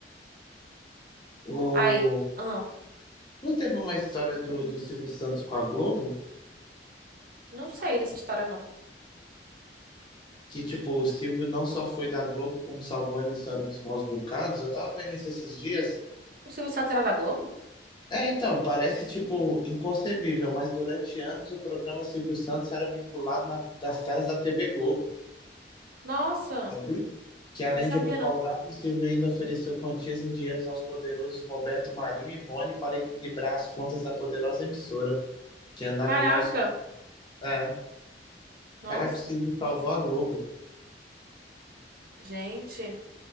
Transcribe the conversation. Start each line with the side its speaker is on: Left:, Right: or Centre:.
Left: O...
Right: Ai, ah,
Left: Não teve uma história do, do Silvio Santos com a Globo?
Right: não sei dessa história, não.
Left: Que, tipo, o Silvio não só foi da Globo, como salvou a emissora dos maus bocados. Eu tava vendo isso esses dias.
Right: O Silvio Santos era da Globo?
Left: É, então, parece, tipo, inconcebível, mas durante anos o programa Silvio Santos era vinculado na- nas telas da TV Globo.
Right: Nossa,
Left: Sabia? Que além
Right: não sabia,
Left: de ocupar
Right: não.
Left: o horário, Silvio ainda ofereceu quantias em dinheiros aos poderosos Roberto Marinho e Boni para equilibrar as contas da poderosa emissora, que andava
Right: Caraca,
Left: em maus... É,
Right: nossa,
Left: caraca, o Silvio salvou a Globo.
Right: gente.